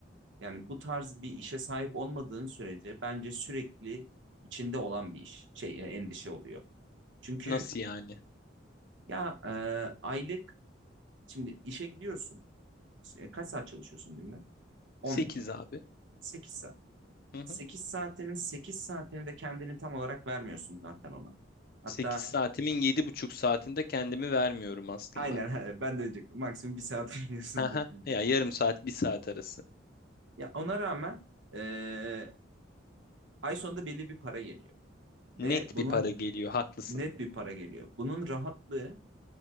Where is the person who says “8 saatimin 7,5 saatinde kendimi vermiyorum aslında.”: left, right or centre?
Left